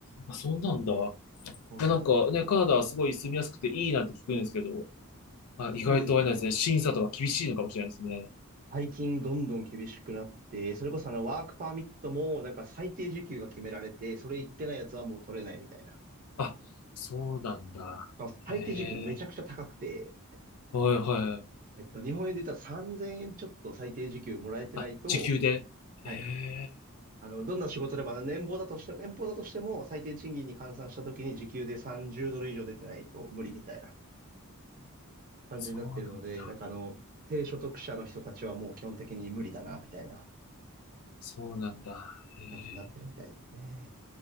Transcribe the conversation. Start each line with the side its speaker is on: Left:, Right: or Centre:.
Left: あ、そうなんだ。い
Right: そうなんです。
Left: や、なんかね、カナダはすごい住みやすくていいなって聞くんですけど、あ、
Right: そうですね。
Left: 意外とあれなんですね、審査とか厳しいのかもしれないですね。
Right: 最近どんどん厳しくなって、それこそあのワークパーミットもなんか最低時給が決められて、それ言ってないやつはもう取れないみたいな。
Left: あ、そうなんだ。
Right: しかも最低時給めちゃくちゃ高くて、
Left: へえ。はいはい。
Right: えっと、日本円で言ったら3000円ちょっと最低時給もらえてないと、
Left: あ、時給で。
Right: はい。
Left: ええ、
Right: あの、どんな仕事でも、あの年俸だとしても、年俸だとしても、最低賃金に換算した時に時給で30ドル以上出てないと無理みたいな感じになってるので、
Left: そうなんだ。
Right: なんかあの、低所得者の人たちはもう基本的に無理だな、みたいな
Left: そうなんだ。へえ。
Right: 感じになってるみたいですね。